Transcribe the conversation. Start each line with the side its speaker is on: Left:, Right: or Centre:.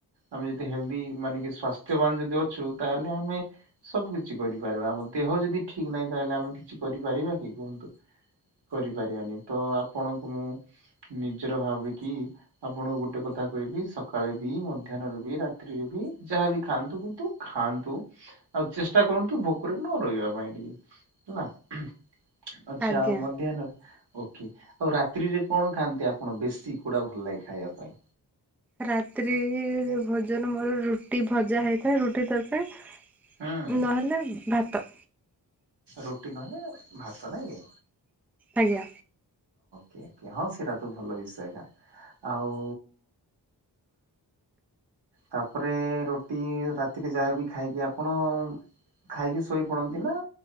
Right: ଆମେ ଯଦି ହେଲି ମାନେବାନ ଯ ଅଛୁ ତାହେଲେ ଆମେ ସବୁ କିଛି କରିପାରିବା ଆମ ଦେହ ଯଦି ଠିକ ନାହିଁ ତାହେଲେ ଆମେ କିଛି କରିପାରିବା କି କୁହନ୍ତୁ କରିପାରିବାନି ତ ଆପଣଙ୍କୁ ମୁଁ ନିଜର ଭାବିକି ଆପଣଙ୍କୁ ଗୋଟେ କଥା କହିବି ସକାଳେ ବି ମଧ୍ୟାହ୍ନରେ ବି ରାତ୍ରିରେ ବି ଯାହା ବି ଖାଆନ୍ତୁ କିନ୍ତୁ ଖାଆନ୍ତୁ ଆଉ ଚେଷ୍ଟା କରନ୍ତୁ ଭୋକରେ ନ ରହିବା ପାଇଁ ଟିକେ ହେଲା ଆଛା
Centre: ଆଜ୍ଞା।
Right: ମଧ୍ୟାହ୍ନରେ ଓକେ ଆଉ ରାତ୍ରିରେ କଣ ଖାଆନ୍ତି ଆପଣ ବେଶୀ କୁଡା ଭଲ ଲାଗେ ଖାଇବା ପାଇଁ
Centre: ରାତ୍ରି ଭୋଜନ ମୋର ରୁଟି ଭଜା ହେଇଥାଏ ରୁଟି ତରକାରୀ
Right: ହୁଁ
Centre: ନହଲେ ଭାତ
Right: ରୁଟି ନହେଲେ ଭାତ ନାଇଁ
Centre: ଆଜ୍ଞା
Right: କି ହ ହଁ ସେଟା ତୁ ଭଲ ବିଷୟ ଏକା ଆଉ ତାପରେ ରୁଟି ରାତିରେ ଯାହାବି ଖାଇକି ଆପଣ ଖାଇକି ଶୋଇ ପଡନ୍ତି ନା